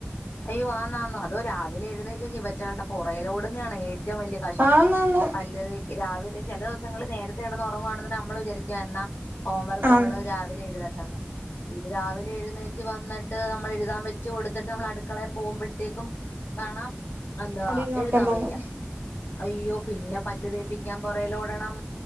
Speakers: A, on the left; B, on the right.
A: അയ്യോ ആന്ന് ആന്ന് അതൊരാ രാവിലെ എഴുന്നേറ്റക്കവറ്റകുടെ പുറയലോടുന്നാണ് ഏറ്റവും വലിയ കഷ്ടം
B: ആന്നാന്ന്
A: പല്ലതേക്ക് രാവിലെ ചില ദിവസങ്ങള് നേരത്തെ കടന്ന് ഉറങ്ങുവായാണെന്ന് നമ്മൾ വിചാരിക്കുക എന്നാ ഹോംവർക്ക്
B: ആഹ്
A: അവള് രാവിലെ എഴുതട്ടെന്ന്. ഇത് രാവിലെ എഴുന്നേറ്റ് വന്നിട്ട് നമ്മൾ എഴുതാൻ വെച്ച് കൊടുത്തിട്ട് നമ്മൾ അടുക്കളയൽ പോകുമ്പോഴത്തേക്കും കാണാം അന്ത
B: അവിടെയിരുന്നൊറക്കം
A: എഴുതാം
B: തൂങ്ങും
A: വയ്യ യ്യോപിന്നെ പല്ല് തേപ്പിക്കാൻ പൊറേലോടണം